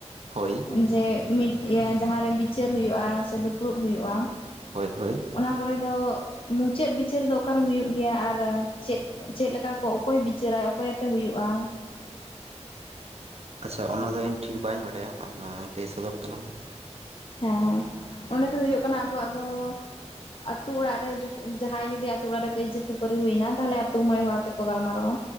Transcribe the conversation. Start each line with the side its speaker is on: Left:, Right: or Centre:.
Right: ᱦᱳᱭ
Left: ᱡᱮ ᱢᱤᱫ ᱤᱭᱟᱹ ᱡᱟᱸᱦᱟᱨᱮ ᱵᱤᱪᱟᱹᱨ ᱦᱩᱭᱩᱜᱼᱟ ᱥᱮ ᱫᱩᱯᱲᱩᱵ ᱦᱩᱭᱩᱜᱼᱟ
Right: ᱦᱳᱭ ᱦᱳᱭ
Left: ᱚᱱᱟ ᱠᱚᱨᱮᱫ ᱫᱚ ᱢᱩᱪᱟᱹᱫ ᱵᱤᱪᱟᱹᱨ ᱫᱚ ᱚᱠᱟᱨᱮ ᱦᱩᱭᱩᱜ ᱜᱮᱭᱟ ᱟᱨ ᱪᱮᱫ ᱪᱮᱫ ᱞᱮᱠᱟ ᱠᱚ ᱚᱠᱚᱭ ᱵᱤᱪᱟᱹᱨᱟᱭ ᱚᱠᱚᱭᱟᱛᱮ ᱦᱩᱭᱩᱜᱼᱟ᱾
Right: ᱟᱪᱪᱷᱟ ᱚᱱᱟ ᱫᱚ ᱤᱧ ᱴᱷᱤᱠ ᱵᱟᱹᱧ ᱵᱟᱰᱟᱭᱟ ᱞᱟᱹᱭ ᱥᱚᱫᱚᱨ ᱛᱟᱞᱟᱝ
Left: ᱦᱮᱸ ᱦᱮᱸ ᱚᱸᱰᱮ ᱫᱚ ᱦᱩᱭᱩᱜ ᱠᱟᱱᱟ ᱟᱵᱚᱣᱟᱜ ᱫᱚ ᱟᱹᱛᱩ ᱚᱲᱟᱜ ᱨᱮ ᱡᱚᱠᱷᱚᱱ ᱡᱟᱦᱟᱸᱭ ᱡᱩᱫᱤ ᱟᱹᱛᱩ ᱚᱲᱟᱜ ᱨᱮ ᱠᱟᱹᱭᱡᱟᱹ ᱠᱷᱟᱹᱯᱟᱹᱨᱤ ᱦᱩᱭᱱᱟ ᱛᱟᱦᱚᱞᱮ ᱟᱹᱛᱩ ᱢᱚᱬᱮ ᱦᱚᱲ ᱛᱮᱠᱚ ᱜᱟᱞᱢᱟᱨᱟᱣᱟ